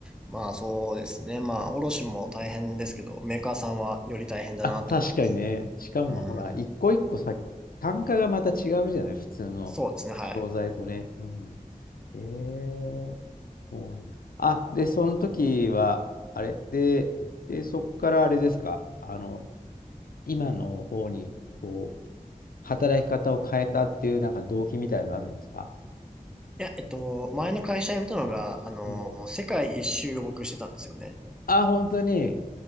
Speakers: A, in the centre; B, on the left.
A: まあそうですね。まあ卸も大変ですけど、メーカーさんはより大変だなと思います。
B: あ、確かにね。しかもほら、
A: うーん。
B: 一個一個さ、単価がまた違うじゃない普通の商材とね。
A: そうですね。はい。
B: うん。えー、そうなんだ。あ、で、その時は、あれで、で、そこからあれですかあの、今の方に、こう、働き方を変えたっていう、なんか動機みたいのあるんですか
A: いや、えっと、前の会社辞めたのが、あの、
B: うん。
A: 世界一周を僕してたんですよね。
B: あ、本当に。